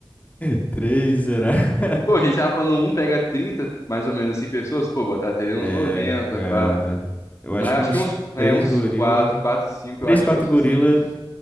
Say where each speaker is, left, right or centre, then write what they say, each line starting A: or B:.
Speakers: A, on the left; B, on the left.
A: <laughs> três será? <laughs>
B: Pô, a gente tava falando um pega 30, mais ou menos assim, pessoas. Pô, botar até uns
A: É,
B: 90,
A: cara.
B: pá.
A: Eu acho
B: Mas eu
A: que
B: acho
A: uns
B: que uns, é,
A: 3
B: uns
A: gorila.
B: quatro, quatro, cinco,
A: três
B: eu acho
A: 4
B: que é o suficiente.
A: gorila.